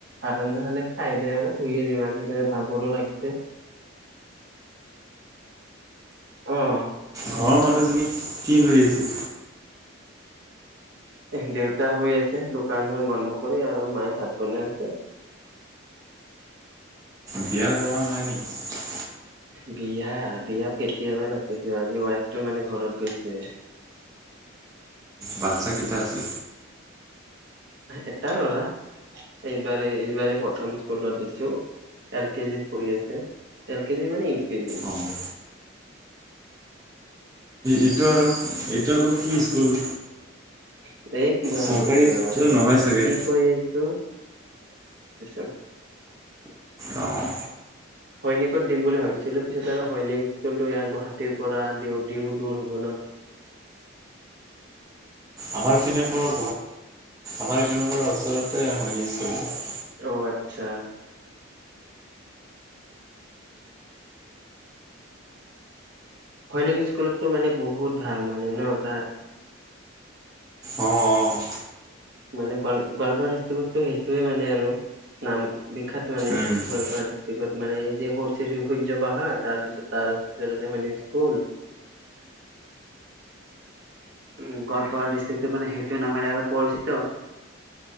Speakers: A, on the right; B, on the right.
A: ভাত ৰন্ধা খলে খাই দে আৰু শুইে দিম আজি ভাগৰো লাগিছে অহ।
B: ঘৰৰ মানুহজনী কি কৰি আছে?
A: এ দেউতা শুই আছে দোকানখন বন্ধ কৰি আৰু মায়ে ভাত বনাই আছে।
B: বিয়া কৰা নাই নেকি।
A: বিয়া বিয়া কেতিয়াবাই পাতিছো আজি ৱাইফটো মানে ঘৰত গৈছে।
B: বাচ্ছা কেতিয়া আছে?
A: এটা ল'ৰা এইবাৰে এইবাৰে প্ৰথম স্কুলত দিছো এল কেজিত পঢ়ি আছে এল কেজি মানে ইউ কেজি।
B: অঁ এইটো আৰু এইটো আকৌ কি স্কুল?
A: <unintelligible> এই কিবা
B: চৰকাৰীটো
A: সধিছো ৰ',
B: নহয়
A: স
B: চাগে
A: কি কয় এইটো? <unintelligible>
B: অ'
A: সৈনিকত দিম বুলি ভাবিছিলোঁ পিছত আৰু সৈনিক স্কুলটো ইয়াৰ গুৱাহাটীৰ পৰা দূৰ হ'ব ন'।
B: আমাৰ পিনে পৰা, আমাৰ পিনে পৰা ওচৰতে হৈনিক স্কুলতো।
A: অ' আত্ছা। হৈনিক স্কুলততো মানে বহুত ভাল মানে ন তাত?
B: অ' অ'।
A: মানে গোৱাল গোৱালপাৰা ডিষ্ট্ৰিকতটো সেইটোৱে মানে আৰু নাম বিখ্যাত মানে,
B: অঁ
A: গোৱালপাৰা ডিষ্ট্ৰিকত মানে, এই যে সূৰ্য পাহাৰ তাৰ পিছত তাৰ পিছতে সৈনিক স্কুল। উ, গোৱালপাৰা ডিষ্ট্ৰিকটো মানে সেইটো নামেৰে আৰু পৰিচিত।